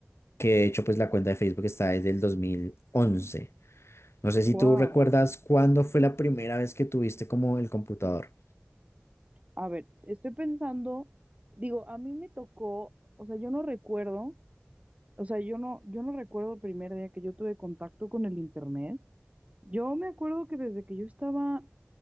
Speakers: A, on the left; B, on the right.
A: Que de hecho, pues la cuenta de Facebook está desde el dos mil once No sé si
B: wow.
A: tú recuerdas cuándo fue la primera vez que tuviste como el computador.
B: A ver, estoy pensando, digo, a mí me tocó, o sea, yo no recuerdo, o sea, yo no, yo no recuerdo el primer día que yo tuve contacto con el internet. Yo me acuerdo que desde que yo estaba